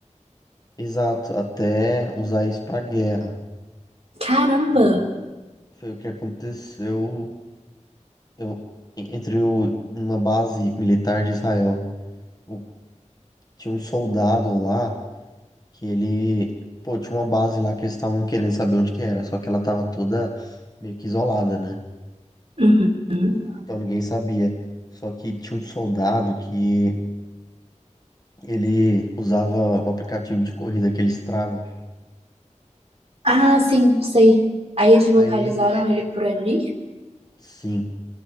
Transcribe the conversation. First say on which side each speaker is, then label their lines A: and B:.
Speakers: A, on the left; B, on the right.
A: Exato, até usar isso pra guerra.
B: Caramba!
A: Então, Foi o que aconteceu eu, en- entre o- uma base militar de Israel. O- tinha um soldado lá que ele. Pô, tinha uma base lá que eles estavam querendo saber onde que era, só que ela tava toda meio que isolada, né?
B: Uhum.
A: Então ninguém sabia. Só que tinha um soldado que Ele usava o aplicativo de corrida que ele Strava.
B: Ah, sim, sei. Aí eles localizaram
A: Aí,
B: ele por ali?
A: sim.